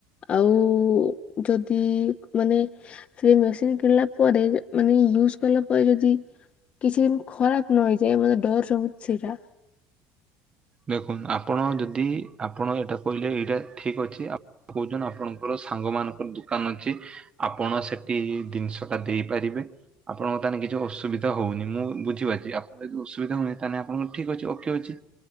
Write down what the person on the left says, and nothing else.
ଆଉ, ଉ, ଯଦି, ମାନେ ସେ ମେସିନ୍ କିଣିଲା ପରେ, ମାନେ ୟୁଜ କଲା ପରେ ଯଦି, କିଛି ଦିନ ଖରାପ ନ ହେଇଯାଏ, ମୋତେ ଡର ସବୁ ସେଇଟା।